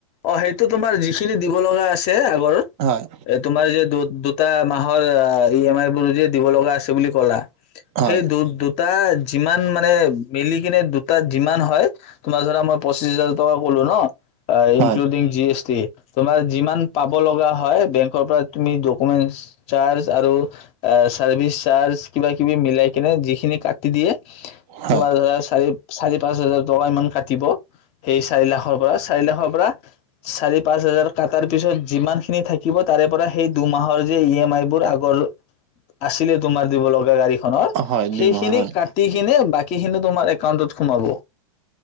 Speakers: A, on the left (about 40°); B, on the right (about 40°).
A: অ সেইটো তোমাৰ যিখিনি দিব লগা আছে আগৰ,
B: হয়
A: এ তোমাৰ যে এটা মাহৰ ই এম আই বোৰ যে দিব লগা আছিল বুলি কলা,
B: হয়
A: সেই দু- দুটাৰ যিমান মানে, মিলি কেনে দুটা যিমান হয় তোমাৰ ধৰা মই পঁচিশ হাজাৰ টকা কলো ন। <unintelligible>
B: হয়
A: টুদিং জি এছ টি তোমাৰ যিমান পাব লগা- হয় বেংকৰ পৰা তুমি ডকুমেট চাৰ্জ আৰু চাৰ্ভিছ চাৰ্জ কিবা কিবি মিলাই কিনে যিখিনি কাট দিয়ে
B: হয়
A: তোমাৰ ধৰা চাৰিত-চাৰিত পাঁচ হাজাৰ টকা ইমান কাটিব। সেই চাৰি লাখৰ পৰা চাৰি লাখৰ পৰা চাৰি পাঁচ হাজাৰ কাত তাৰ পিছত যিমানখিনি থাকিব, তাৰে পৰা সেই দুমাহৰ যে ই এম আই বোৰ আগৰ আছিলে তোমাৰ দিব লগা গাড়ী খনৰ,
B: অ হয়,
A: সেইখিনি
B: মাহৰ হয়।
A: কাটি কিনে বাক- সিখিনো তোমাৰ একাউণ্টত সোমাব